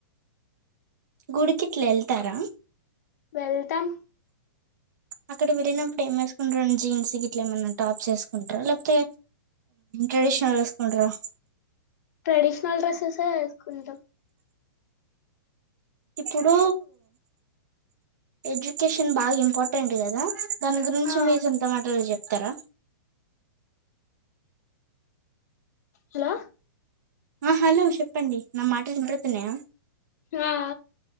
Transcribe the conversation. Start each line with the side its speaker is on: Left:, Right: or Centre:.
Right: గుడికిట్ల వెళ్తారా?
Left: వెళ్తాం
Right: అక్కడ వెళ్ళినప్పుడు ఏం వేసుకుంటారండి జీన్స్ ఇట్లా ఏమన్నా టాప్స్ వేసుకుంటారా లేకపోతే ట్రెడిషనల్ వేసుకుంటారా
Left: ట్రెడిషనల్ డ్రెస్సెస్ ఎ వేసుకుంటాం
Right: ఇప్పుడు ఎడ్యుకేషన్ బాగా ఇంపార్టెంట్ కదా దాని గురించి
Left: ఆ
Right: మీ సంత మాటలు చెప్పి ఇత్తర
Left: హలో
Right: ఆ హలో చెప్పండి నా మాటలు వినిపిడుతున్నాయా
Left: ఆ